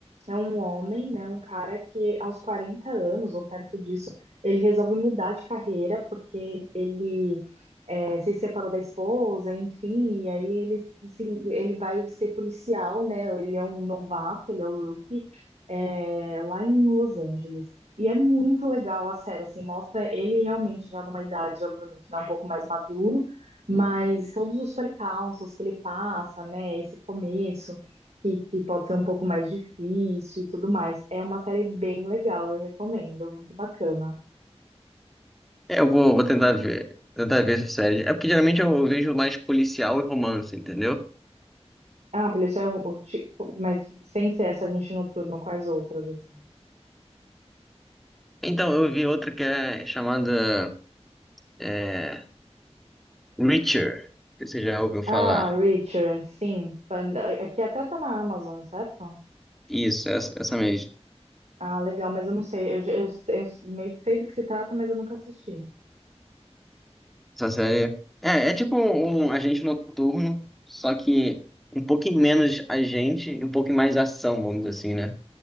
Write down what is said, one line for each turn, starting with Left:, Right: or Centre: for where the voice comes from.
Right: É um homem, né, um cara que aos 40 anos ou perto disso, ele resolve mudar de carreira porque ele é, se separou da esposa, enfim, e aí ele, assim, ele vai ser policial, né? Ele é um novato, ele é o rookie, é, lá em Los Angeles. E é muito legal a série, assim, mostra ele realmente já numa idade, obviamente, né, um pouco mais maduro, mas todos os percalços que ele passa, né, esse começo que, que pode ser um pouco mais difícil e tudo mais. É uma série bem legal, eu recomendo, muito bacana.
Centre: É, eu vou, vou tentar ver, tentar ver essa série. É porque geralmente eu, eu vejo mais policial e romance, entendeu?
Right: Ah, policial, eu- eu te- mas sem ser essa gente noturno, quais outras assim?
Centre: Então, eu vi outra que é chamada é, Reacher, que você já ouviu falar.
Right: Ah, Reacher, sim, Panda- aqui até tá na Amazon, certo?
Centre: Isso, essa, essa mesmo.
Right: Ah, legal, mas eu não sei, eu, eu, eu meio que sei do que se trata, mas eu nunca assisti.
Centre: Essa série. É, é tipo um agente noturno, só que um pouquinho menos agente e um pouquinho mais ação, vamos dizer assim, né?